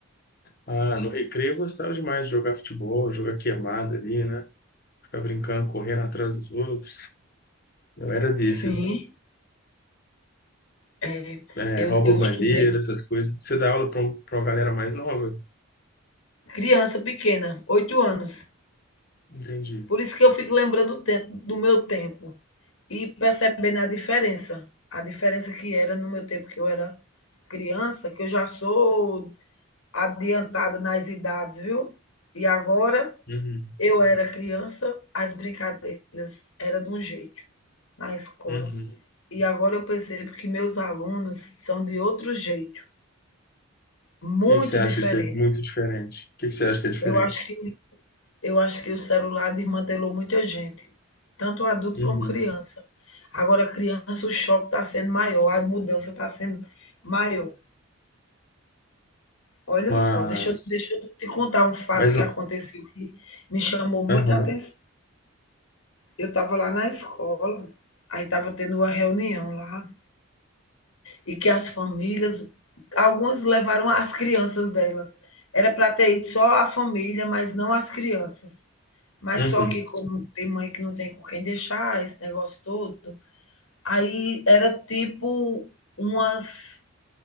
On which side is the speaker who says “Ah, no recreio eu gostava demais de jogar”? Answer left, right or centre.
Left